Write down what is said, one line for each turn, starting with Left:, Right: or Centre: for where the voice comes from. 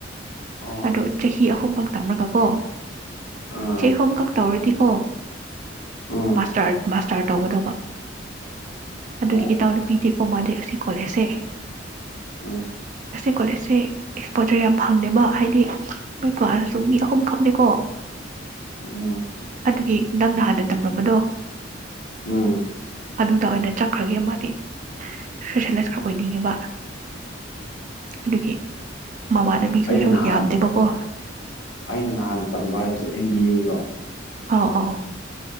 Left: ꯑꯣ
Right: ꯑꯗꯣ ꯆꯍꯤ ꯑꯍꯨꯝꯈꯛ ꯇꯝꯔꯒ ꯀꯣ
Left: ꯑꯥ
Right: ꯆꯍꯤ ꯑꯍꯨꯝ ꯀꯛ ꯇꯧꯔꯗꯤ ꯀꯣ
Left: ꯎꯝ
Right: ꯃꯥꯁꯇꯔ ꯃꯥꯁꯇꯔ ꯇꯧꯒꯗꯧꯕ ꯑꯗꯨꯒꯤ
Left: ꯑꯣ
Right: ꯏꯇꯥꯎꯅꯨꯄꯤꯗꯤꯀꯣ ꯃꯥꯗꯤ ꯑꯁꯤ ꯀꯣꯂꯦꯖꯁꯦ
Left: ꯎꯝ
Right: ꯑꯁꯤ ꯀꯣꯂꯦꯖꯁꯦ ꯑꯦꯛꯁꯄꯣꯖꯔ ꯌꯥꯝ ꯐꯪꯗꯦꯕ ꯍꯥꯏꯗꯤ ꯃꯣꯏ ꯀ꯭ꯂꯥꯁ ꯁꯨ ꯃꯤ ꯑꯍꯨꯝꯈꯛꯅꯤꯀꯣ
Left: ꯎꯝ
Right: ꯑꯗꯨꯒꯤ ꯅꯪꯅ ꯍꯥꯟꯅ
Left: ꯎꯝ
Right: ꯇꯝꯔꯝꯕꯗꯣ
Left: ꯎꯝ
Right: ꯑꯗꯨꯗ ꯑꯣꯏꯅ ꯆꯠꯈ꯭ꯔꯒꯦ ꯑꯃꯗꯤ ꯁꯄꯦꯁꯦꯂꯥꯏꯁ ꯈꯔ ꯑꯣꯏꯅꯤꯡꯉꯦꯕ ꯑꯗꯨꯒꯤ ꯃꯃꯥꯟꯅꯕꯤꯈꯣꯏꯁꯨ
Left: ꯑꯩꯅ ꯅꯍꯥꯟ
Right: ꯌꯥꯝꯗꯦꯕꯀꯣ
Left: ꯑꯩꯅ ꯅꯍꯥꯟ ꯇꯝꯕ ꯍꯥꯏꯕꯁꯦ ꯑꯦꯟ ꯕꯤ ꯑꯦꯗ ꯑꯣ
Right: ꯑꯥꯎ ꯑꯥꯎ